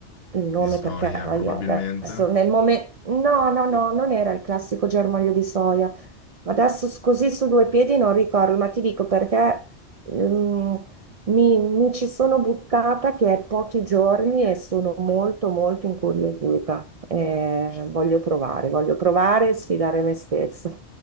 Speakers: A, on the right; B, on the left.
A: il nome
B: di soia,
A: perché ahia,
B: probabilmente.
A: adesso nel momento... No, no, no, non era il classico germoglio di soia. Adesso s- così su due piedi non ricordo, ma ti dico perché ehm, mi, mi ci sono buttata che è pochi giorni e sono molto molto incuriosita. Eh, voglio provare, voglio provare e sfidare me stessa. <laughs>